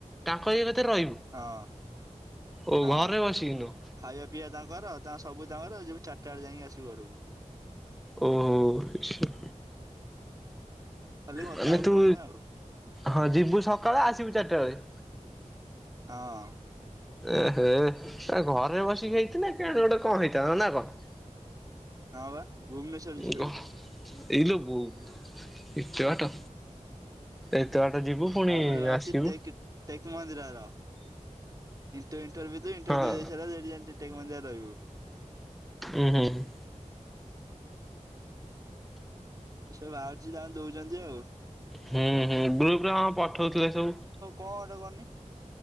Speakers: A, in the centre; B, on the right.
A: ତାଙ୍କରି ଇଏ କତିରେ ରଇବୁ?
B: ହଁ
A: ଓ
B: ହଁ
A: ଘରେ ବସିକିି ନୁଅଁ?
B: ଖାଇବା ପିଇବା ତାଙ୍କର ତାଙ୍କ ସବୁ ତାଙ୍କର ଯୋଉ ଚାରିଟା ବେଳେ ଯାଇଁକି ଆସିବି ଘରକୁ।
A: ଓ ହ ଆଚ୍ଛା।
B: ଖାଲି କଥା
A: ମାନେ
B: ହବୁ
A: ତୁ
B: ଫୋନରେ ଆଉ
A: ହଁ ଯିବୁ ସକାଳେ ଆସିବୁ ଚାରିଟା ବେଳେ।
B: ହଁ।
A: ଏ ହେ ଏ ଘରେ ବସିକି ହେଇଥିଲେ କେଆଣି କଣ ଗୋଟେ ହେଇଥାନ୍ତା ନା କଣ?
B: ହଁ ବା। ଭୁବନେଶ୍ୱର ଯିବୁ
A: ଗ ହ ଏଇ ଲୋ ବୋଉ ଏତେ ବାଟ ଏତେ ବାଟ ଯିବୁ? ପୁଣି
B: ଆଉ ଗୋଟେ ବାହାରିଚି
A: ଆସିବୁ।
B: ଟେକ୍ ଟେକ୍ ମନ୍ଦିରାର ଇଣ୍ଟର ଇଣ୍ଟରଭ୍ୟୁ ଏ ଇଣ୍ଟରଭ୍ୟୁଦେଇ
A: ହଁ
B: ଦେଇସାରିଲାରେ ସେଠି ଯାଇଁ ଟେକ୍ ମନ୍ଦିରା ରେ ରେ ରହିବୁ।
A: ଉଁ ହୁଁ ହୁଁ।
B: ଏସବୁ ବାହାରୁଚି ଯାହା ଦଉଚନ୍ତି ଆଉ।
A: ହୁଁ ହୁଁ ଗ୍ରୁପରେ ଆମର ପଠଉଥିଲେ ସବୁ।
B: କଲ କରିନି।